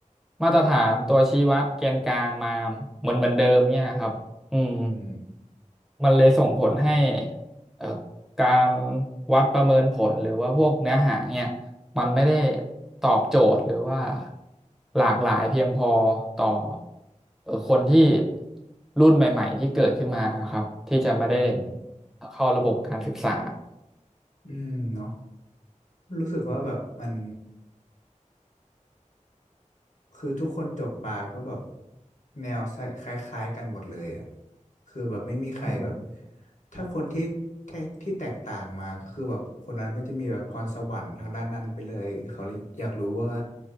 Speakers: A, in the centre; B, on the left.
A: มาตรฐานตัวชี้วัดแกนกลางมาเหมือนเหมือนเดิมเนี่ยครับอืม
B: อืม
A: มันเลยส่งผลให้เอ่อการวัดประเมินผลหรือว่าพวกเนื้อหาเนี่ย มันไม่ได้ตอบโจทย์หรือว่าหลากหลายเพียงพอต่อเอ่อคนที่รุ่นใหม่ๆที่เกิดขึ้นมาครับที่จะไม่ได้
B: อืม
A: เข้าระบบการศึกษา
B: อืมเนาะรู้สึกว่าแบบมัน คือทุกคนจบมาก็แบบแนวคล้ายๆกันหมดเลยอ่ะคือแบบไม่มีใครแบบ
A: อืม
B: ถ้าคนที่แค่ที่แตกต่างมาก็คือแบบคนนั้นก็จะมีแบบพรสวรรค์ทางด้านนั้นไปเลยเขาเลยอยากรู้ว่า